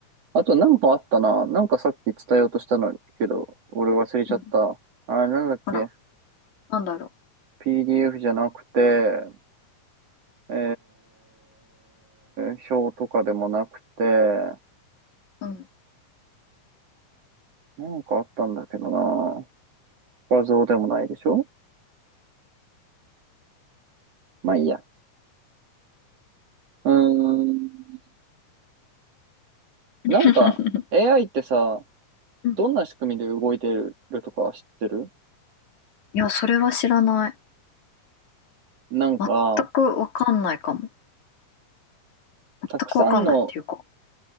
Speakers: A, on the right (about 50°); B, on the left (about 60°).
A: あと、なんかあったな。なんかさっき伝えようとしたのにけど、俺忘れちゃった。
B: うん。
A: あれ、なんだっけ
B: ほら、なんだろ
A: ?PDF じゃなくて、えー、表とかでもなくて、
B: う。うん。
A: なんかあったんだけどな。画像でもないでしょまあいいや。うーん。
B: <laughs>
A: なんか、AI ってさ、
B: うん
A: どんな仕組みで動いてるとか知ってる
B: いや、それは知らない。
A: なんか、
B: 全くわかんないかも。全くわかんないっていうか。
A: たくさんの